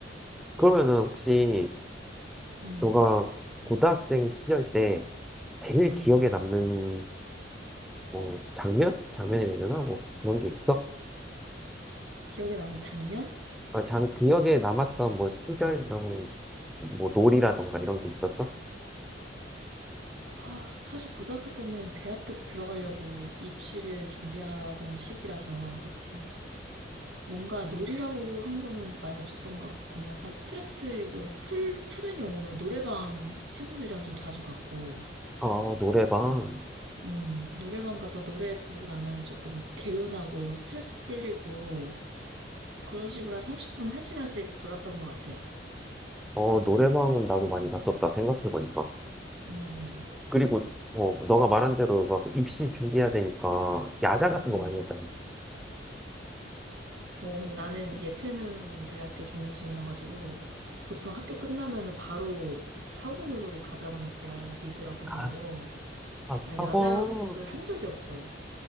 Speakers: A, in the centre; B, on the right (about 80°).
A: 그러면은 혹시
B: 음,
A: 너가 고등학생 시절 때 제일
B: 음.
A: 기억에 남는 뭐 장면? 장면이라 해야 되나? 뭐 그런 게 있어?
B: 기억에 남는 장면?
A: 아, 장, 기억에 남았던 뭐 시절 이런 뭐 놀이라던가 이런 게 있었어?
B: 아, 사실 고등학교 때는 대학교 들어가려고 입시를 준비하던 시기라서, 그치. 뭔가 놀이라고 한 거는 많이 없었던 것 같고, 그냥 약간 스트레스 용, 풀, 푸는 용으로 노래방 친구들이랑 좀 자주 갔고,
A: 아, 노래방.
B: 음, 노래방 가서 노래 부르고 나면 조금 개운하고 스트레스 풀리고 그런 식으로 한 30분, 1시간씩 놀았던 것 같아.
A: 어, 노래방은 나도 많이 갔었다, 생각해보니까.
B: 음, 음.
A: 그리고, 어,
B: 그치.
A: 너가 말한 대로 막 입시 준비해야 되니까, 야자 같은
B: 음.
A: 거 많이 했잖아.
B: 어, 근데 나는 예체능 대학교 준비 중이어가지고 보통 학교 끝나면은 바로 이제 학원으로 가다 보니까 미술학원으로
A: 아, 아,
B: 나
A: 하고,
B: 야작을 한 적이 없어.